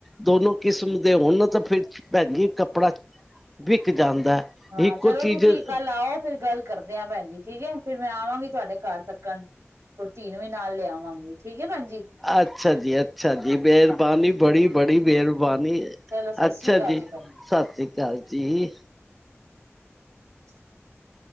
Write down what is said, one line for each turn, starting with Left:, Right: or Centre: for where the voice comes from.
Centre: ਦੋਨੋ ਕਿਸਮ ਦੇ ਹੋਣ ਤਾਂ ਫਿਰ ਭੈਜੀ ਕੱਪੜਾ ਵਿਕ ਜਾਂਦਾ।
Right: ਹਾਂ
Centre: ਇੱਕੋ
Right: ਚਲੋ
Centre: ਚੀਜ਼
Right: ਤੁਸੀਂ ਕੱਲ ਆਓ ਫੇਰ ਗੱਲ ਕਰਦੇ ਹ ਭੈਣ। ਜੀ। ਠੀਕ ਹੈ ਫੇਿਰ ਮੈਂ ਆਵਾਂਗੀ ਤੁਹਾਡੇ ਘਰ ਤੱਕਣ। <unintelligible> ਨੂੰ। ਵੀ ਲਿਆਵਾਂਗੀ ਠੀਕ ਐ ਭੈਜੀ
Centre: ਅੱਛਾ ਜੀ ਅੱਛਾ ਜੀ ਮਿਹਰਬਾਨੀ ਬੜੀ ਬੜੀ ਮਿਹਰਬਾਨੀ।
Right: ਚਲੋ ਸਤਿ
Centre: ਅੱਛਾ
Right: ਸ੍ਰੀ ਅਕਾਲ
Centre: ਜੀ
Right: ਭੈਣ
Centre: ਸਤਿ ਸ੍ਰੀ ਅਕਾਲ ਜੀ।
Right: <unintelligible>